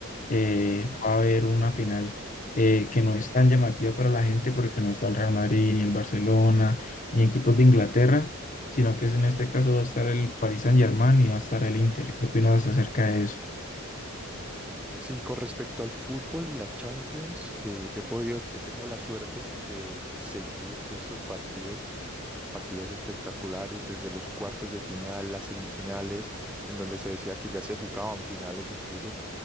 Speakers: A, on the left (about 35°); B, in the centre.
A: eh, va a haber una final eh, que no es tan llamativa para la gente porque no está el Real Madrid, ni el Barcelona, ni equipos de Inglaterra, sino que es- en este caso va a estar el Paris Saint-Germain y va a estar el Inter. ¿Qué opinas acerca de eso?
B: Sí, con respecto al fútbol y la Champions, eh, he podido, he tenido la suerte de seguir estos partidos partidos espectaculares desde los cuartos de final, las semifinales, en donde se decía que ya se jugaban finales incluso.